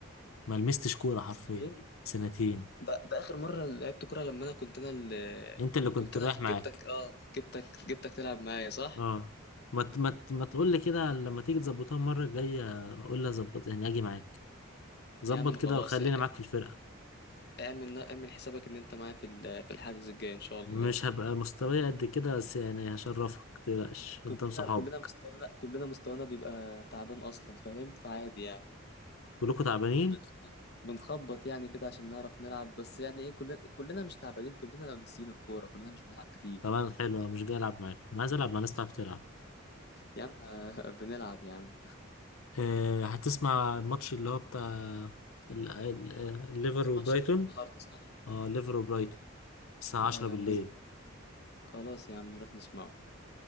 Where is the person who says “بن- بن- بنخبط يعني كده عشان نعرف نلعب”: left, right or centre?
Left